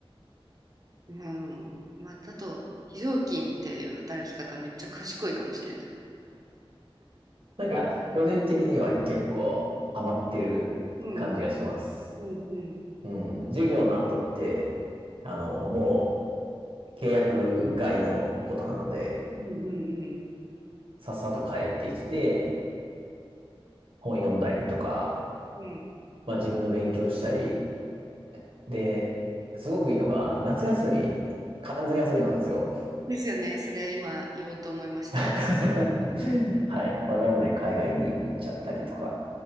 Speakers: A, on the right (about 40°); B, on the right (about 65°).
A: うん。まあ、だと、非常勤っていう働き方めっちゃ賢いかもしれない。
B: なんか、個人的には結構ハマってる感じがします。
A: うん。うん。うん。
B: うん、授業の後って、あの、もう契約外のことなので、
A: うん。うん。
B: さっさと帰ってきて、本読んだりとか、
A: うん。
B: まあ自分の勉強したり、で、すごくいいのが、夏休み、完全休みなんですよ。
A: ですよね。それ今言おうと思いました。
B: <laughs> はい。まあなので、海外に行っちゃったりとか、